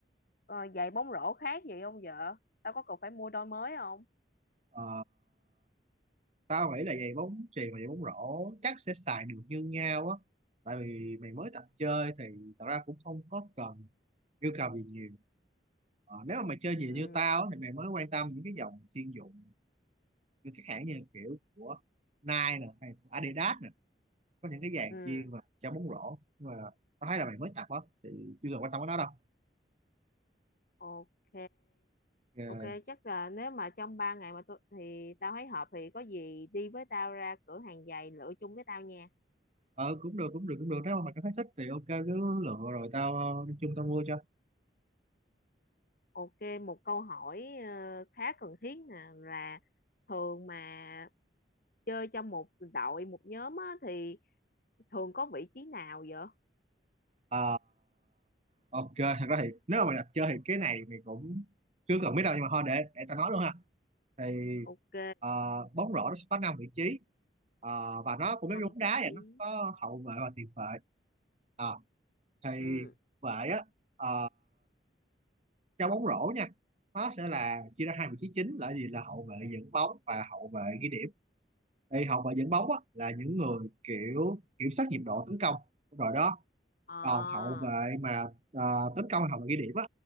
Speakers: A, on the left (about 50°); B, on the right (about 35°).
A: Ờ, giày bóng rổ khác gì không vợ tao có cần phải mua đôi mới không
B: Ờ, tao nghĩ là giày bóng chuyền và giày bóng rổ chắc sẽ xài được như nhau á tại vì mày mới tập chơi thì thật ra cũng không có cần yêu cầu gì nhiều ờ, nếu mà mày chơi
A: ừ
B: gì như tao á, thì mày mới quan tâm những cái dòng chuyên dụng như các hãng như kiểu của Nike nè hay của Adidas nè có những cái giày
A: ừ
B: chuyên và cho bóng rổ nhưng mà tao thấy là mày mới tập á thì chưa cần quan tâm đến nó đâu
A: ok
B: ờ
A: ok chắc là nếu mà trong 3 ngày mà tôi thì tao thấy hợp thì có gì đi với tao ra cửa hàng giày lựa chung với tao nha
B: ờ, cũng được cũng được cũng được nếu mà mày cảm thấy thích thì ok cứ lựa rồi tao ờ, đi chung tao mua cho
A: ok một câu hỏi ờ, khá cần thiết nè là thường mà chơi trong một đội một nhóm á, thì thường có vị trí nào vậy
B: Ờ, ok thật ra thì nếu mà mày đặt chơi thì cái này mình cũng chưa cần biết đâu nhưng mà thôi để để ta nói luôn ha thì
A: ok
B: ờ, bóng rổ nó sẽ có năm vị trí Ờ, và nó cũng
A: năm
B: giống như bóng đá
A: vị
B: vậy
A: trí
B: nó sẽ có hậu vệ và tiền vệ Ờ, thì
A: ừ
B: vệ á ờ, trong bóng rổ nha nó sẽ là chia ra hai vị trí chính là gì là hậu vệ dẫn bóng và hậu vệ ghi điểm thì hậu vệ dẫn bóng á, là những người kiểu kiểm soát nhịp độ tấn công rồi đó
A: à,
B: còn hậu vệ mà ờ, tấn công hậu vệ ghi điểm á